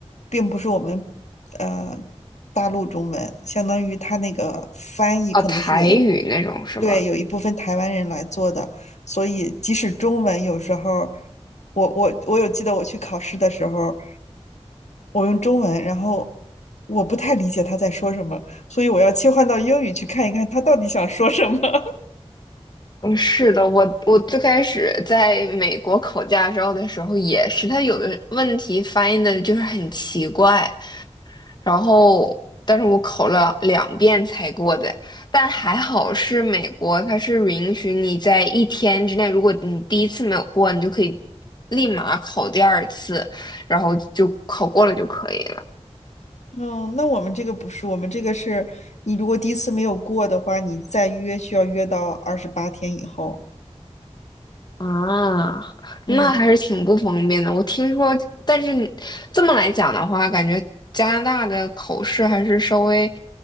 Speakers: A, on the left (about 80°); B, on the left (about 40°).
A: 并不是我们呃大陆中文，相当于它那个翻译可能是有一
B: 啊，台语那种是吧？
A: 对有一部分台湾人来做的，所以即使中文有时候，我我我有记得我去考试的时候，我用中文，然后我不太理解他在说什么，所以我要切换到英语去看一看他到底想说什么。<laughs>
B: 嗯，是的，我我最开始在美国考驾照的时候也是，他有的问题翻译的就是很奇怪，然后但是我考了两遍才过的，但还好是美国，它是允许你在一天之内，如果你第一次没有过，你就可以立马考第二次，然后就考过了就可以了。
A: 嗯，那我们这个不是，我们这个是你如果第一次没有过的话，你再约需要约到二十八天以后。
B: 啊，
A: 嗯。
B: 那还是挺不方便的。我听说，但是你这么来讲的话，感觉加拿大的口试还是稍微